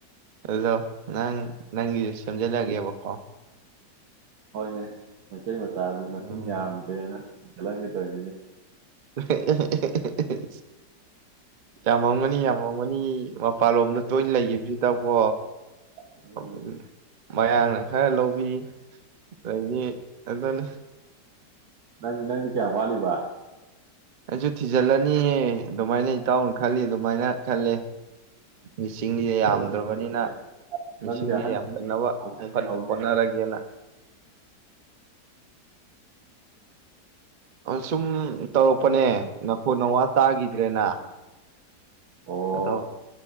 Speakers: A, on the right (about 80°); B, on the right (about 65°).
A: ꯑꯗꯣ ꯅꯪ ꯅꯪꯒꯤꯁꯨ ꯁꯦꯝꯖꯤꯜꯂꯒꯦꯕꯀꯣ
B: ꯍꯣꯏꯅꯦ ꯃꯩꯇꯩ ꯃꯆꯥꯁꯦ ꯃꯁꯤꯡ
A: ꯎꯝ
B: ꯌꯥꯝꯗ꯭ꯔꯦꯅ ꯍꯦꯟꯒꯠꯍꯟꯒꯗꯧꯒꯤꯅꯤ
A: <unintelligible> ꯌꯥꯝ ꯉꯝꯒꯅꯤ ꯌꯥꯝ ꯉꯝꯒꯅꯤ ꯃꯄꯥꯟꯂꯣꯝꯗ ꯇꯣꯏꯅ ꯂꯩꯌꯦꯕꯤ ꯠꯇꯄꯣ
B: ꯎꯝ
A: <inaudible> ꯃꯌꯥꯝꯅ ꯈꯔ ꯂꯧꯕꯤ ꯑꯗꯤ ꯑꯗꯨꯅ
B: ꯅꯪ ꯅꯪꯗꯤ ꯀꯌꯥꯝ ꯋꯥꯠꯂꯤꯕ
A: ꯑꯩꯁꯨ ꯊꯤꯖꯤꯜꯂꯅꯤꯍꯦ ꯑꯗꯨꯃꯥꯏꯅ ꯏꯇꯥꯎꯅ ꯈꯜꯂꯤꯝ ꯑꯗꯨꯃꯥꯏꯅ ꯈꯜꯂꯦ ꯃꯤꯁꯤꯡꯁꯦ
B: ꯈꯜꯂꯣꯅꯦ
A: ꯌꯥꯝꯗ꯭ꯔꯕꯅꯤꯅ
B: ꯈꯜꯂꯣꯅꯦ
A: ꯃꯤꯁꯤꯡꯁꯦ
B: ꯅꯪꯗꯤ ꯑꯍꯟꯅꯤ
A: ꯌꯥꯝꯈꯠꯅꯕꯈ
B: ꯍꯧꯅꯦ
A: ꯍꯣꯠꯅꯔꯒꯦꯅ ꯁꯨꯝ ꯇꯧꯔꯛꯄꯅꯦ ꯅꯈꯣꯟ ꯅꯋꯥ ꯇꯥꯈꯤꯗ꯭ꯔꯦꯅ
B: ꯑꯣ
A: ꯑꯗꯣ